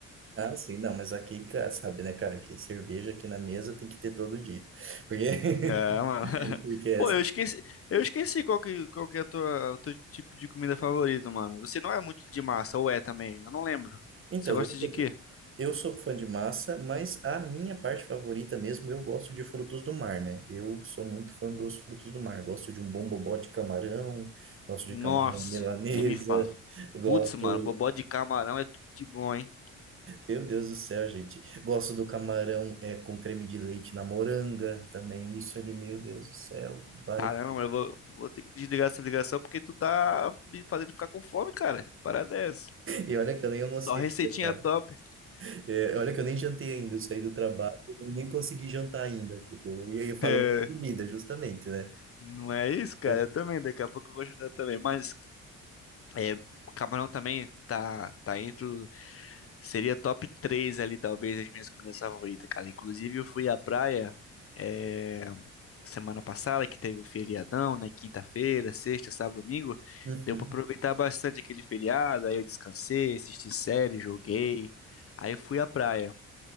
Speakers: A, on the right (about 45°); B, on the left (about 50°).
A: Ah, sim, não, mas aqui, cara, sabe, né, cara, que cerveja aqui na mesa tem que ter todo dia. Porque, <laughs>
B: Ah, mano. <laughs>
A: porque é
B: Pô,
A: essa
B: eu esqueci, eu esqueci qual que, qual que é a tua, o teu tipo de comida favorito, mano. Você não é muito de massa, ou é também? Eu não lembro.
A: Então,
B: Você gosta
A: eu
B: de
A: sou,
B: quê?
A: de- eu sou fã de massa, mas a minha parte favorita mesmo, eu gosto de frutos do mar, né? Eu sou muito fã dos frutos do mar. Gosto de um bom bobó de camarão, gosto de
B: Nossa,
A: camarão milanesa,
B: nem me fala.
A: gosto.
B: Putz, mano, bobó de camarão é tudo de bom, hein?
A: Meu Deus do céu, gente. Gosto do camarão é, com creme de leite na moranga também. Isso ali, meu Deus do céu. Vai.
B: Caramba, mano, eu vou, vou ter que desligar essa ligação porque tu tá me fazendo ficar com fome, cara. Parada é essa.
A: E olha que eu nem almocei
B: Só receitinha
A: ainda, cara.
B: top. <laughs>
A: É, olha que eu nem jantei ainda. Eu saí do trabalho e nem consegui jantar ainda. Tipo, e aí falando
B: É,
A: de comida, justamente, né?
B: não é isso, cara?
A: É.
B: Eu também, daqui a pouco eu vou ajudar também. Mas É, camarão também tá, tá entre. o- Seria top 3 ali, talvez, as minhas comidas favoritas, cara. Inclusive, eu fui à praia é, semana passada, que teve o feriadão, né? Quinta-feira, sexta, sábado, domingo.
A: Uhum.
B: Deu pra aproveitar bastante aquele feriado. Aí eu descansei, assisti série, joguei. Aí eu fui à praia.